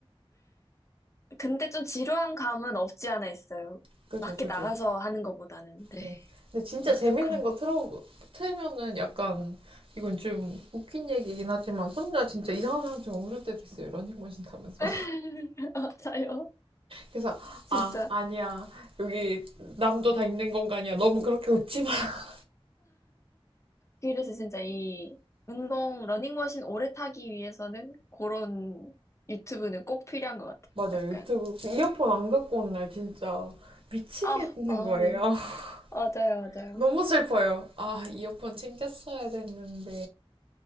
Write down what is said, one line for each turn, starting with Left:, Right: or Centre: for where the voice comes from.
Left: 근데 좀 지루한 감은 없지 않아 있어요.
Right: <laughs> 그죠,
Left: 밖에
Right: 그죠.
Left: 나가서 하는 것보다는. 네.
Right: 네. 근데 진짜
Left: 맞아,
Right: 재밌는
Left: 그런 거.
Right: 거 틀어 틀면은 약간 이건 좀 웃긴 얘기긴 하지만 혼자 진짜 이상한 사람처럼 울을 때도 있어요. 런닝머신 타면서.
Left: <laughs> 맞아요.
Right: 그래서
Left: 진짜.
Right: 아 아니야 여기 남도 다 있는 공간이야 너무 그렇게 웃지 마 <laughs>
Left: 그래서 진짜 이 운동, 러닝머신 오래 타기 위해서는 그런 유튜브는 꼭 필요한 것 같아요.
Right: 맞아요
Left: 약간,
Right: 유튜브 그 이어폰 안 갖고 온 날 진짜 미치겠는
Left: 아, 마음이.
Right: 거예요 <laughs>
Left: 맞아요, 맞아요.
Right: 너무 슬퍼요 아 이어폰 챙겼어야 됐는데